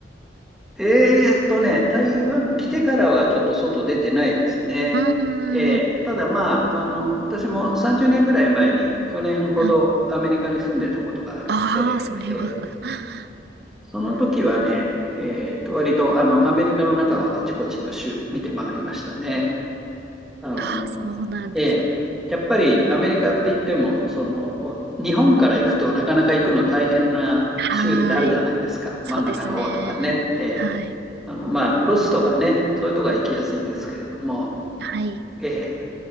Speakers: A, in the centre; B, on the right (about 60°).
A: えーっとね、台湾来てからはちょっと外出てないですね。
B: ああ、
A: えーただまあ、あの、私も30年ぐらい前に去年ほどアメリカに住んでたことがあるので、
B: はい。ああ、それは
A: えー
B: <laughs>
A: その時はね、
B: うんあ
A: えーと、割とあのアメリカの中はあちこちの州見て回りましたね。あの、
B: あ、そうなんですか。
A: えーやっぱりアメリカって言っても、その、日本から行くとなかなか行くの大変な州ってあるじゃないですか。
B: はーい。そうですね。
A: 真ん中の方とかね。えー
B: はい。
A: あの、まあ、ロスとかね、そういうとこは行きやすいんですけれども、
B: はい。
A: え